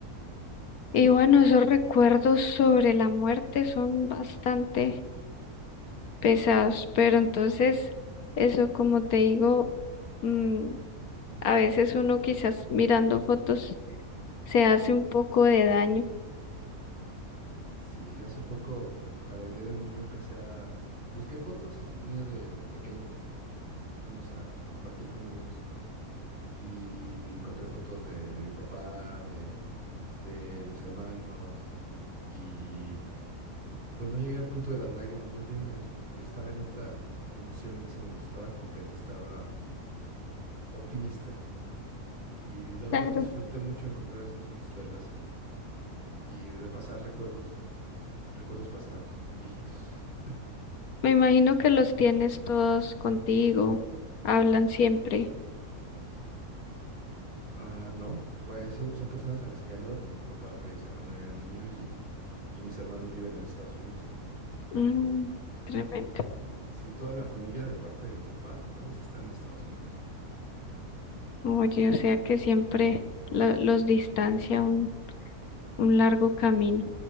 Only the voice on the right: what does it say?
Sí, yo hace poco, para el Día del Niño, empecé a... Busqué fotos mías de, de pequeño. Íbamos a compartir con amigos. Y encontré fotos de, de mi papá, de de mis hermanos y pues no llegué al punto de las lágrimas, más bien eh, estaba en otra emoción en ese momento, estaba contento, estaba optimista y la verdad
disfruté mucho encontrar esas fotos, verlas y, y repasar recuerdos, recuerdos pasados, viejitos.
Ah, no, va, eso son personas a las que ya no veo, pues mi papá falleció cuando yo era niño y, y mis hermanos viven en Estados Unidos.
Sí, toda la familia de parte de mi papá, todos están en Estados Unidos.